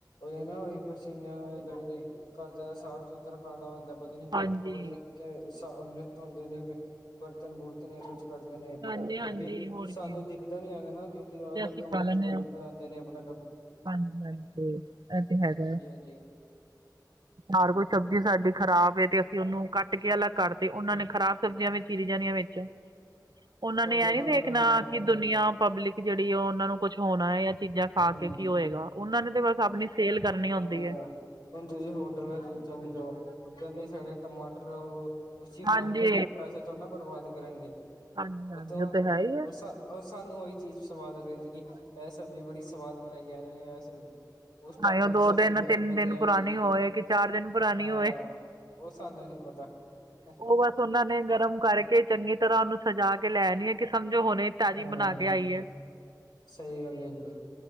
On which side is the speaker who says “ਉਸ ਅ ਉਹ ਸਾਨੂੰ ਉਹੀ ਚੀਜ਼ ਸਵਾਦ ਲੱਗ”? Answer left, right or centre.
Left